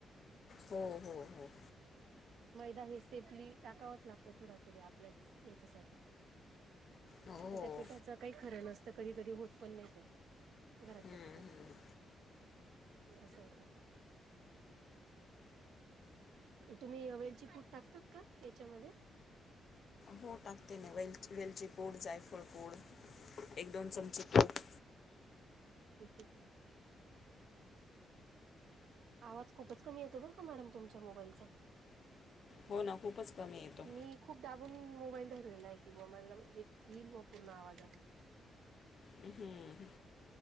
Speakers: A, on the left; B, on the right.
A: हो हो हो.
B: मैदा हे सेफली टाकावच लागतो. थोड तरी आपल्या याच्यासाठी.
A: हो
B: तर त्या पिठाच. काही खरं नसतं. कधी-कधी होत पण नाही त्या घरातल्या
A: हम्म
B: पिठाच्या.
A: हम्म.
B: असं होत. तुम्ही वेलची पूड. टाकतात का याच्यामध्ये?
A: हो टाकते ना वेलची-वेलची पूड, जायफळ पूड, एक-दोन चमचे तूप.
B: पीठया आवाज खूपच कमी येतो बर का मॅडम तुमच्या मोबाईलचा.
A: हो ना खूपच कमी येतो.
B: मी खूप दाबून मोबाईल ठरलेला आहे की मोबाईलला म्हणजे येईल म पूर्ण आवाज असा
A: हम्म.